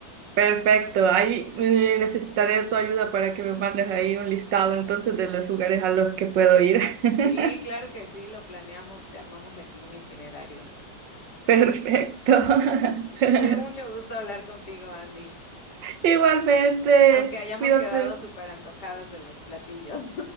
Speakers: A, on the right; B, on the left.
A: Perfecto, ahí eh, necesitaré tu ayuda para que me mandes ahí un listado entonces de los lugares a los que puedo ir. <laughs>
B: Sí, claro que sí, lo planeamos, te armamos aquí un itinerario.
A: Perfecto. <laughs>
B: <laughs> Me dio mucho gusto hablar contigo, Andy,
A: Igualmente,
B: aunque hayamos
A: cuídate.
B: quedado súper antojadas de los platillos.